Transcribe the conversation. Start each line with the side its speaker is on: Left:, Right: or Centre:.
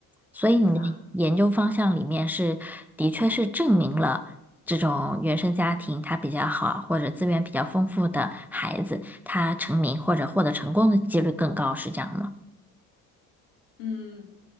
Centre: 所以你的研究方向里面是，
Left: 对吧？
Centre: 的确是证明了这种原生家庭他比较好或者资源比较丰富的孩子，他成名或者获得成功的几率更高，是这样吗？
Left: 嗯，